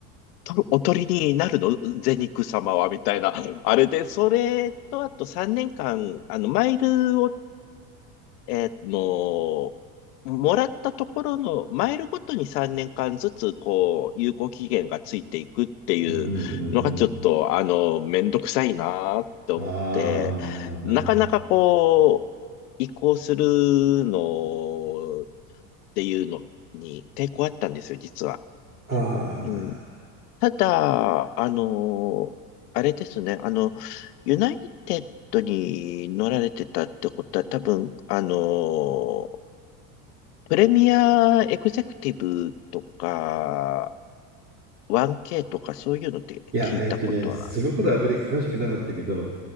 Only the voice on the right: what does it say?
うんうんうんう
ん
ああ、なる。
ああ。
いや、えっとね、その頃はあまり詳しくなかったけど、